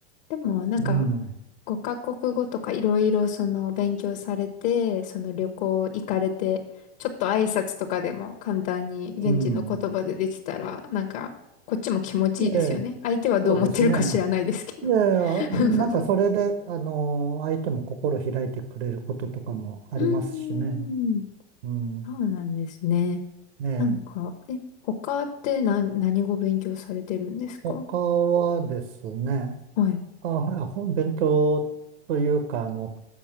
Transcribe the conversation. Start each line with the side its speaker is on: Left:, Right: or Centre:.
Left: でも、なんか、
Right: うん、
Left: 5カ国語とかいろいろその勉強されて、その旅行行かれて、ちょっと挨拶とかでも簡単に現地の言葉でできたら、
Right: うん。
Left: なんか、こっちも気持ちいいですよね。
Right: ええ、
Left: 相手はどう思ってるか知らないですけど。
Right: そうですね。いやいや、
Left: <laughs>
Right: なんかそれで、あの、相手も心開いてくれることとかもありますしね。
Left: うーん、
Right: うん。
Left: そうなんですね。
Right: ええ、
Left: なんか、え、他って何、何語勉強されてるんですか
Right: 他はですね、
Left: はい。
Right: あ、ほ勉強というか、あの、